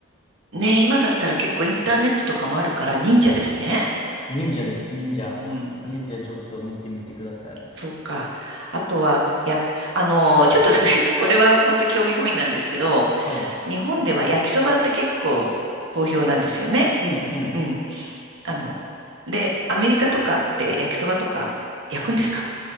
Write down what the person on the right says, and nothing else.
ね、今だったら結構インターネットとかもあるから忍者ですね。
うん。
そうか。あとは、や、あのーちょっと <laughs> これは本当興味本位なんですけど、
日本では焼きそばって結構好評なんですよね。
うん。あの、で、アメリカとかって焼きそばとか焼くんですか